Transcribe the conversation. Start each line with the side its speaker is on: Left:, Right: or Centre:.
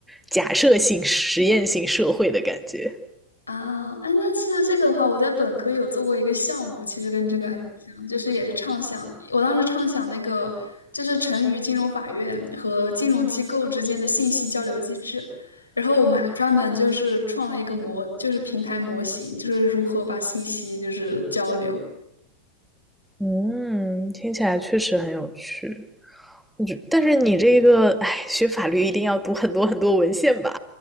Centre: 假设性、实验性社会的感觉。
Left: 啊，哎，那其实这个的话，我在本科有做过一个项目，其实跟这个还挺像，就是也是畅想。我当时畅想那个就是成渝金融法院和金融机构之间的信息交流机制，然后我们还专门就是创了一个模，就是平台模型，就是如何把信息就是交流。
Centre: 嗯，听起来确实很有趣。但是你这个，哎，学法律一定要读很多很多文献吧？